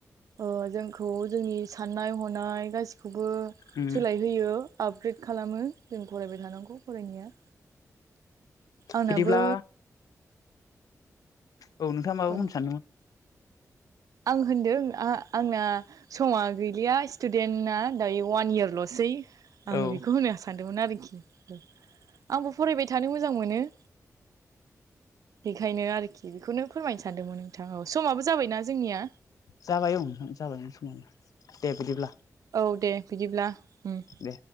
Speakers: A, on the right; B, on the left.
A: ओ जोंखौ जोंनि साननाय हनाय गासिखौबो
B: उम
A: सोलायहोयो आपग्रेड खालामो जों फरायबाय थानांगौ फरायनाया आंनाबो
B: बिदिब्ला औ नोंथाङा माबा
A: औ
B: बुंनो सानदोंमोन
A: आं होनदों आ आंना समा गैलिया स्टुदेन्टना दायो वान इयारल'सै आङो
B: औ
A: बेखौ होनो सानदोंमोन आरोखि आंबो फरायबाय थानो मोजां मोनो बेखायनो आरोखि बेखौनो फोरमायनो सानदोंमोन नोंथां औसमाबो जाबायना जोंनिया
B: जाबाय ओं ओम जाबायमोन समा दे बिदिब्ला
A: औ दे बिदिब्ला ओम
B: दे